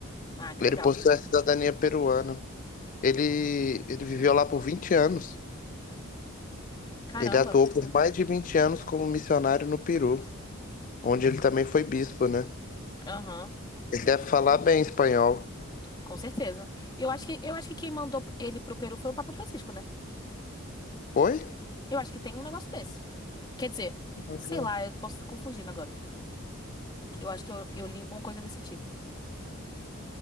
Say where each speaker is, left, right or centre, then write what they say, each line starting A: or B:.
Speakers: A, on the left; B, on the left.
A: Ah, que
B: ele
A: legal.
B: possui a cidadania peruana. Ele, ele viveu lá por 20 anos.
A: Caramba.
B: Ele atuou por mais de 20 anos como missionário no Peru, onde ele também foi bispo, né?
A: Aham.
B: Ele deve falar bem espanhol.
A: Com certeza. Eu acho que, eu acho que quem mandou ele pro Peru foi o Papa Francisco, né?
B: Oi?
A: Eu acho que tem um negócio desse. Quer dizer,
B: Uhum.
A: sei lá, eu posso estar confundindo agora. Eu acho que eu, eu li alguma coisa desse tipo.